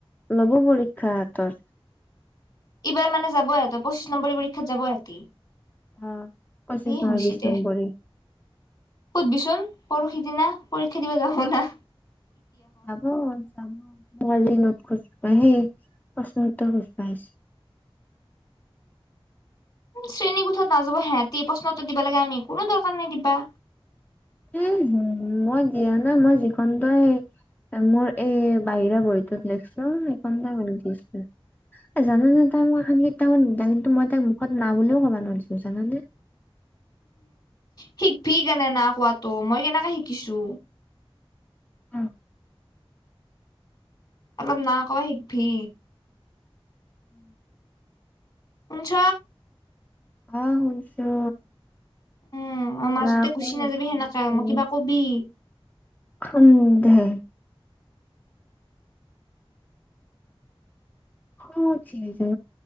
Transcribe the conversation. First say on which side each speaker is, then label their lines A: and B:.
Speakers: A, on the left; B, on the left.
A: লব পৰীক্ষা হাতত
B: ইবাৰ মানে যাবয়ত পঁচিশ নম্বৰী পৰীক্ষাত যাব হঁতি
A: অ পঁচিশ
B: এ
A: নহয়
B: হৈছে
A: বিশ
B: দে
A: নম্বৰী
B: সুধবিচোন পৰহি দিনা পৰীক্ষা দিব যামনা
A: যাব যাব মজেই নত খোজ সেই প্ৰশ্ন উত্তৰ সুজ পঢাইছ
B: শ্ৰেণী কোঠাত নাযাব সিহঁতি প্ৰশ্নটো দিবা লাগে আমি কোনো দৰকাৰ নাই দিবা
A: এ হ মই জিয় নাই মই যিখন তই স মোৰ এই বাহিৰা বহীটোত লিখিছোন এইখন কঠিছে জানে তাই মোক এখন কেইতটামত নিলা কিন্তু মই তাইক মুখত না বুলিও ক'ব নোৱাৰছো জানে
B: শিকভি কেনে না কোৱাাতটো মই কেনেকে শিকিছো
A: উম।
B: অলপ না কবা শিকিবি
A: উম
B: শুনছ
A: আহ শুনছো
B: উম মাজতে
A: ন ক
B: গুচি নাযাবি সেনেকে
A: উম
B: মই কিবা কবি
A: সন্দেহ অ ঠিক য